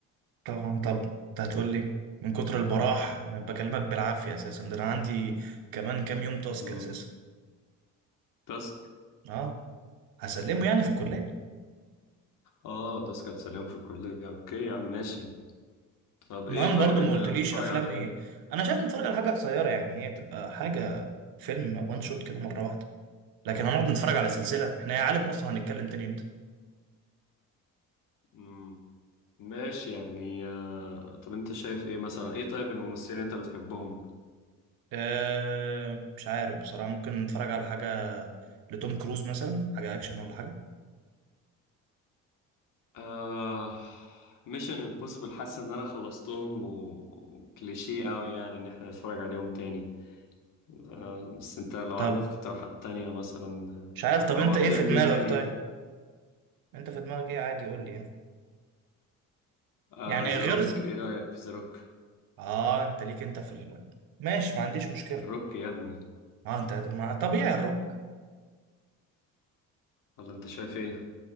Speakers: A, on the right; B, on the left.
A: طبعا طبعا انت هتقول لي من كتر البراح أنا بكلمك بالعافية اساسا ده انا عندي كمان كام يوم تاسك
B: مم.
A: اساسا
B: تاسك
A: اه هسلمه يعني في الكلية
B: اه تذكرة سلام في الكلية اوكي يا عم ماشي طب
A: المهم
B: ايه طيب
A: برضو
B: يعني
A: ما قلتليش
B: نتفرج
A: افلام
B: على ايه
A: ايه انا شايف نتفرج على حاجه قصيره يعني هي تبقى حاجه فيلم وان شوت كده مره واحده لكن هنقعد نتفرج على سلسله احنا يا عالم اصلا هنتكلم تاني امتى
B: مم. ماشي يعني آه... طب انت شايف ايه مثلا ايه طيب الممثلين اللي انت بتحبهم
A: أه مش عارف بصراحه ممكن نتفرج على حاجه لتوم كروز مثلا حاجه اكشن ولا حاجه
B: آه... ميشن امبوسيبل حاسس ان انا خلصتهم وكليشيه قوي يعني ان احنا نتفرج عليهم تاني آه... بس انت لو
A: طب
B: عندك اقتراحات تانية مثلا
A: مش عارف طب
B: آه،
A: انت
B: او افلام
A: ايه في دماغك
B: ليه تانية
A: طيب انت في دماغك ايه عادي قول لي يعني
B: آه...
A: يعني
B: ذا
A: غير
B: روك
A: ز...
B: ايه رأيك في ذا روك
A: اه انت ليك انت في ال... ماشي ما عنديش مشكله
B: الروك يا ابني
A: اه انت هت- ما طبيعي الروك
B: ولا انت شايف ايه